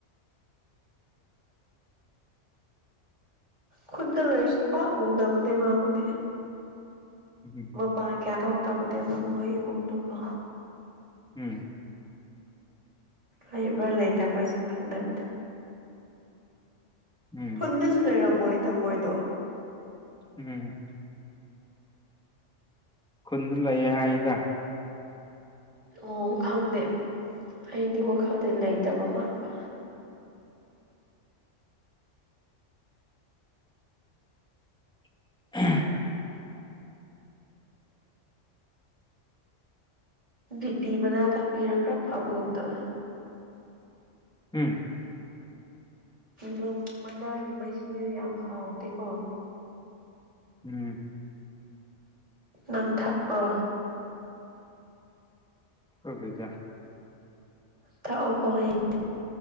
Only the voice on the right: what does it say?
ꯈꯨꯨꯟꯗ ꯂꯩꯁꯨ ꯄꯥꯛ ꯎꯗꯕꯅꯦ ꯃꯥꯕꯨꯗꯤ
ꯃꯄꯥꯟ ꯀꯌꯥ ꯊꯣꯛꯇꯕꯅꯦꯕ ꯃꯣꯏ ꯏꯃꯨꯡꯡꯗꯨꯀꯣ
ꯂꯩꯕ꯭ꯔꯥ ꯂꯩꯇꯕ꯭ꯔꯥꯁꯨ ꯈꯪꯗꯕꯅꯤ
ꯍꯨꯟꯗꯁꯨ ꯂꯩꯔꯝꯃꯣꯏꯅ ꯃꯣꯏꯗꯣ
ꯎ ꯈꯪꯗꯦ ꯑꯩꯗꯤ ꯋꯥꯈꯜꯗꯤ ꯂꯩꯇꯕ ꯃꯥꯟꯕ
ꯕꯤ ꯄꯤ ꯃꯕꯅꯥ ꯊꯥꯛꯄꯤꯔꯥ ꯈꯔ ꯐꯕꯒꯨꯝꯗꯕ ꯇꯧꯋꯦ
ꯕꯣ ꯄꯤ ꯃꯅꯥꯒꯤ ꯃꯍꯤꯗꯣ ꯌꯥꯝ ꯍꯥꯎꯇꯦꯀꯣ
ꯅꯪ ꯊꯥꯛꯄ꯭ꯔꯣ
ꯊꯛ ꯑꯣꯀꯣ ꯍꯌꯦꯡ